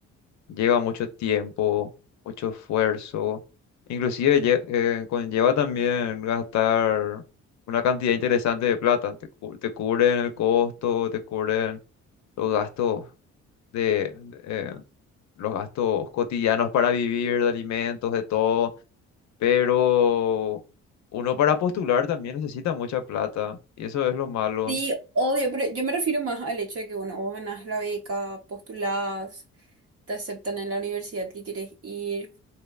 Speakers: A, on the left; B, on the right.
A: lleva mucho tiempo, mucho esfuerzo, inclusive lle- eh, conlleva también gastar una cantidad interesante de plata, te, cu- te cubren el costo, te cubren los gastos de, de, eh, los gastos cotidianos para vivir, de alimentos, de todo, pero uno para postular también necesita mucha plata y eso es lo malo.
B: Sí, obvio, pero yo me refiero más al hecho de que, bueno, vos ganás la beca, postulás, te aceptan en la universidad que quieres ir,